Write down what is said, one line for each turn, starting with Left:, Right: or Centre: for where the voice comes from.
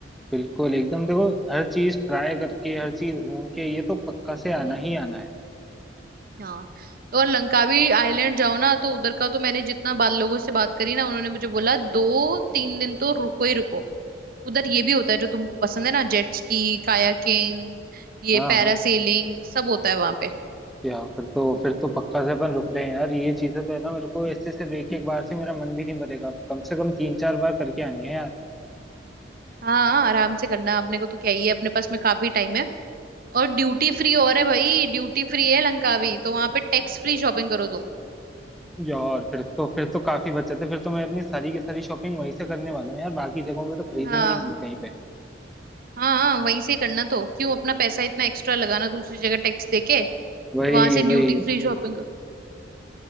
Centre: बिल्कुल एकदम देखो हर चीज ट्राई करके हर चीज घूम के ये तो पक्का से आना
Right: हम्म
Centre: ही आना है
Right: हाँ तो और लंकावी आइलैंड जाओ ना तो उधर का तो मैंने जितना बाल लोगों से बात करी ना उन्होंने मुझे बोला दो तीन दिन तो रुको ही रुको उधर ये भी होता है जो तुमको पसंद है ना जेट स्की कायाकिंग ये
Centre: हाँ
Right: पैरासेलिंग
Centre: हाँ
Right: सब होता है वहां पे
Centre: यार फिर तो फिर तो पक्का से अपन रुक रहे हैं यार ये चीजें तो है ना मेरे को ऐसे सिर्फ एक एक बार से मेरा मन भी नहीं भरेगा कम से कम तीन चार बार करके आनी है यार
Right: हाँ हाँ, आराम से करना अपने को तो क्या ही है अपने पास में काफी टाइम है और ड्यूटी फ्री और है भाई ड्यूटी फ्री है लंकावी तो वहां पे टैक्स फ्री शॉपिंग करो तुम
Centre: यार फिर तो फिर तो काफी बचत है फिर तो मैं अपनी सारी की सारी शॉपिंग वहीं से करने वाला हूँ यार बाकी जगहों पे तो खरीदूंगा
Right: हाँ
Centre: ही नहीं मैं कहीं पे
Right: हाँ हाँ वहीं से करना तो क्यों अपना पैसा इतना एक्स्ट्रा लगाना दूसरी जगह टैक्स देके
Centre: वही
Right: वहां से ड्यूटी
Centre: वही
Right: फ्री शॉपिंग